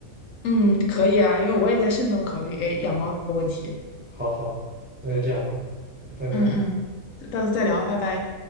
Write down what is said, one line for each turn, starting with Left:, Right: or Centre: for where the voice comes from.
Left: 嗯，可以啊，因为我也在慎重考虑，哎，
Right: 嗯，
Left: 养猫这个问题。
Right: 好好，那就这样吧，嗯拜拜。
Left: 嗯嗯，到时候再聊，拜拜。